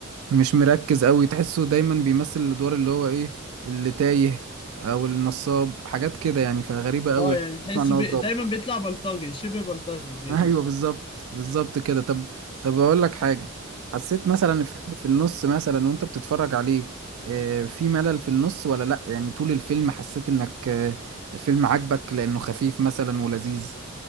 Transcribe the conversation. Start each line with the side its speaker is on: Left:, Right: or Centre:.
Right: مش مركز قوي تحسه دايما بيمثل الادوار اللي هو ايه اللي تايه او النصاب حاجات كده يعني فغريبة قوي
Left: اه يعني تحس
Right: اسمع ان
Left: بي...
Right: هو اتظبط
Left: دايما بيطلع بلطجي شبه بلطجي كده
Right: ايوه بالظبط بالظبط كده طب طب اقول لك حاجه حسيت مثلا الفيلم في النص مثلا وانت بتتفرج عليه آه، في ملل في النص ولا لا يعني طول الفيلم حسيت انك آه، الفيلم عجبك لانه خفيف مثلا ولذيذ